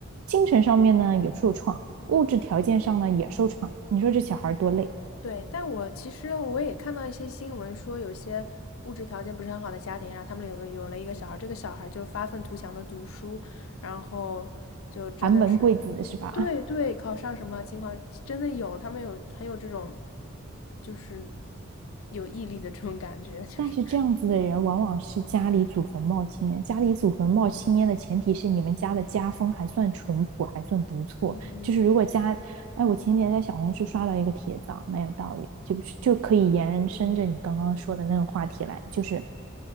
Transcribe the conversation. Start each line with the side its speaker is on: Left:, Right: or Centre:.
Right: 精神上面呢有受创。物质条件上呢也受创。你说这小孩多累，
Left: 对，但我其实我也看到一些新闻说，有些物质条件不是很好的家庭，然后他们有个有了一个小孩，这个小孩就发愤图强的读书，然后就真的是，
Right: 寒门贵子是吧？
Left: 对对，
Right: <laughs>
Left: 考上什么情况真的有，他们有很有这种，就是有毅力的这种感觉，就是，
Right: 但是这样子的人往往是家里祖坟冒青烟，家里祖坟冒青烟的前提是你们家的家风还算淳朴，还算不错。
Left: 嗯
Right: 就是如果家，哎，我前几天在小红书刷到一个帖子啊，蛮有道理，就就可以延伸着你刚刚说的那个话题来，就是